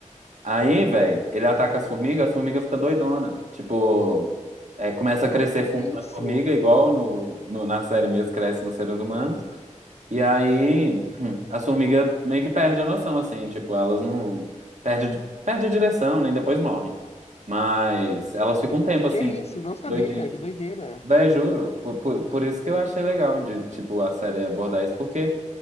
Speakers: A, on the right; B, on the left.
A: Aí, velho, ele ataca as formigas, as formigas ficam doidona. Tipo, é, começa a crescer
B: Que
A: fungo na
B: isso?
A: formiga, igual no, no- na série mesmo, cresce nos seres humanos. E aí <clears throat> as formigas meio que perdem a noção, assim, tipo, elas não. Perde, perde a direção, né? E depois morrem. Mas elas ficam um tempo assim,
B: Que isso? Não sabia.
A: doidinha.
B: Que doideira.
A: Véi, juro. Por, por, por isso que eu achei legal de, tipo, a série abordar isso, porque